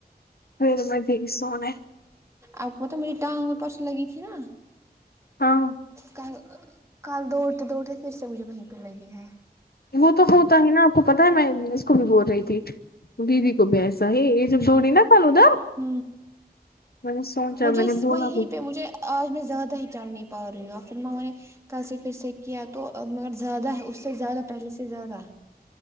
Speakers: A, on the left; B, on the right.
A: پھر میں گئی سونے
B: آپکو پتا میری ٹانگ میں پرسوں لگی تھی نہ
A: ہاں
B: کل کل دوڑتے دوڑتے پھر سے مجھے وہیں پہ لگی ہے
A: وہ تو ہوتا ہی نا آپ کو پتہ ہے میں اس کو بھی بول رہی تھی دیدی کو بھی ایسا ہی یہ جو دوڑی نا کل ادھر
B: ہ
A: میں نے سوچا
B: مجھے
A: میں نے بولا
B: وہیں
A: بھی،
B: پہ مجھے آج میں زیادہ ہی چل نہیں پارہی ہوں پھر ممما نے کل سے پھر سے کیا تو مگر زیادہ ہے اس سے زیادہ پہلے سے زیادہ